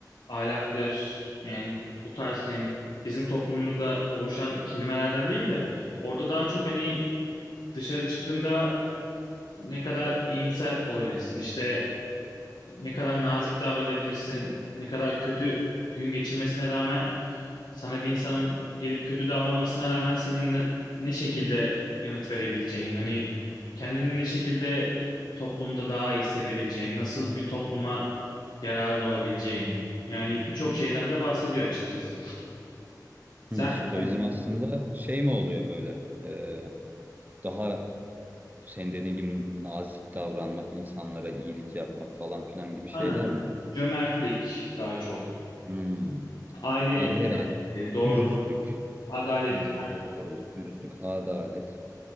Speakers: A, on the left; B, on the right.
A: ahlaktır yani bu tarz yani bizim toplumumuzda oluşan kelimelerden değil de orada daha çok hani dışarı çıktığında ne kadar iyimser olabilirsin. İşte ne kadar nazik davranabilirsin, ne kadar kötü gün geçirmesine rağmen sana bir insanın gelip kötü davranmasına rağmen senin ne, ne şekilde yanıt verebileceğin, hani kendini ne şekilde toplumda daha iyi hissedebileceğin, nasıl bir topluma yararın olabileceğin. Yani birçok şeyden de bahsediyor açıkçası. Sen
B: Hmm, Stoizm
A: hani
B: aslında şey mi oluyor böyle? Ee, daha senin dediğin gibi nazik davranmak, insanlara iyilik yapmak falan filan gibi şeyler
A: aynen,
B: mi?
A: cömertlik daha çok,
B: Hmm.
A: aile,
B: Bak Herhalde
A: sevgisi, doğruluk,
B: dürüstlük,
A: adalet
B: ha, doğruluk, dürüstlük, adalet.